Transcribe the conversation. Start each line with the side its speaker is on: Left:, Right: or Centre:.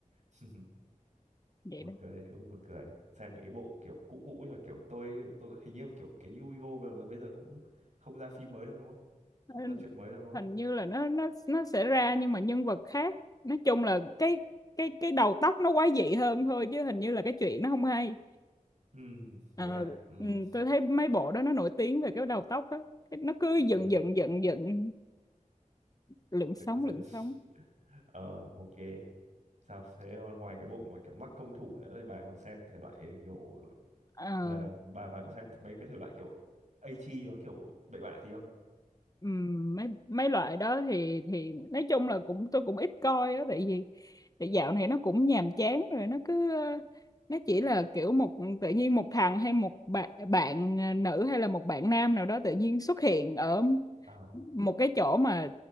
Right: <laughs>
Left: vậy
Right: buồn
Left: đó
Right: cười hiểu không? buồn cười xem những cái bộ kiểu cũ cũ nhưng mà kiểu tôi tôi hình như kiểu cái Yu-Gi-Oh là là bây giờ cũng không ra phim mới đâu đúng không
Left: Ờ,
Right: không ra chuyện mới đâu đúng không
Left: hình như là nó nó nó sẽ ra nhưng mà nhân vật khác nói chung là cái cái cái đầu tóc nó quái dị hơn thôi chứ hình như là cái chuyện nó không hay
Right: ừ
Left: Ờ,
Right: thế à ừm
Left: ừ, tôi thấy mấy bộ đó nó nổi tiếng về cái đầu tóc đó Cái- nó cứ dựng
Right: ừ
Left: dựng dựng dựng lượn sóng
Right: dựng <laughs> dựng
Left: lượn sóng
Right: ờ ok sao thế còn ngoài cái bộ mà kiểu mắc công thủ nữa thì bà còn xem thể loại kiểu
Left: Ờ,
Right: là bà bà có xem mấy cái thể loại kiểu Aichi và kiểu bậy bạ tí không?
Left: Ừm, mấy mấy loại đó thì thì nói chung là cũng tôi cũng ít coi á tại vì tại dạo này nó cũng nhàm chán rồi nó cứ ờ, nó chỉ là kiểu một tự nhiên một thằng hay một bạn bạn ờ, nữ hay là một bạn nam nào đó tự nhiên xuất hiện ở
Right: Ờ,
Left: một cái chỗ mà